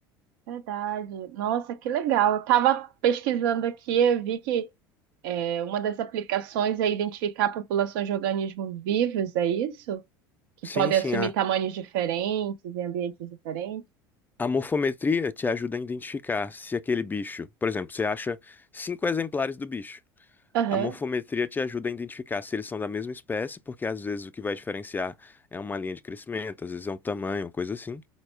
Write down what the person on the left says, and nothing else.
Sim,
sim,
a,
a morfometria te ajuda a identificar se aquele bicho, por exemplo, você acha cinco exemplares do bicho.
A morfometria te ajuda a identificar se eles são da mesma espécie, porque às vezes o que vai diferenciar é uma linha de crescimento, às vezes é um tamanho, uma coisa assim.